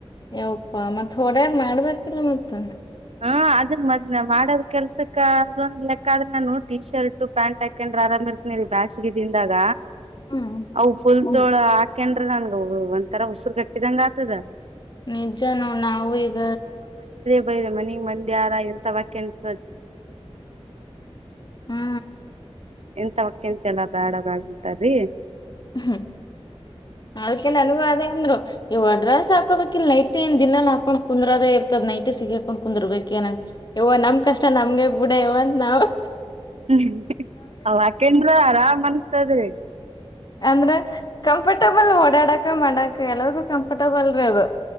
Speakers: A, on the left; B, on the right.
A: ಯಪ್ಪಾ ಮತ್ತ ಹೊಡಾರ್ ಮಾಡ್ಬೇಕ ಎಲ್ಲ ಮತ್ತ
B: ಹಾ ಅದ ಮದ್ನ ಮಾಡದ ಕೆಲ್ಸಕ್ಕ ಅದೊಂದ್ ಲೆಕ್ಕ ಆದ್ರೆ ನಾನು ಟಿ ಶರ್ಟ್ ಪ್ಯಾಂಟ್ ಹಾಕೊಂಡ್ರ ಆರಾಮ್ ಇರ್ತೀನಿ ಬ್ಯಾಸ್ಗೆ ದಿಂದಾಗ
A: ಹ್ಮ
B: ಅ ಪುಲ್ತೋಳ ಆಕ ನನ್ಗ ಒಂ ತರ ಉಸುರು ಕಟ್ಟಿದಂಗ ಆತದ
A: ನಿಜಾನೂ ನಾವು ಈಗ
B: ಬ ಮನೆ ಮಂದಿ ಆಾರ <inaudible>
A: ಹಾ
B: ಎಂತ ಹೊಕ್ಕಂತೆ ಎಲ್ಲಾ ಬೇಡ ಬ್ಯಾಡ ಅಂತಾರೀ
A: ಹ್ಮ್ ಅದಕ್ಕೆ ನನಗೂ ಅದೇ ಅಂದ್ರು ಇವ ಅಡ್ರಸ್ ಹಾಕೋಬೇಕ ಇಲ್ ನೈಟ್ ನ್ ದಿನಲ್ ಹಾಕೊಂಡ್ ಕುಂದ್ರದ ಇರ್ತದ್ ನೈಟ್ ಸಿಗಾಕೊಂಡ್ ಕುಂದರ್ಬೇಕ ನ ಇವೋ ನಮ್ ಕಷ್ಟ ನಮಗೆ ಬಿಡ ಇವಂತ ನಾವವು
B: ಹ್ಮ್ ಅವಾಕಂದ್ರ ಆರಾಮ್ ಅನ್ಸ್ತದ್ರಿ
A: ಅಂದ್ರೆ ಕಂಫರ್ಟಬಲ್ ಓಡಾಡಕ ಮಾಡಕ ಎಲ್ಲರಿಗೂ ಕಂಫರ್ಟಬಲ್ೇ ಅದು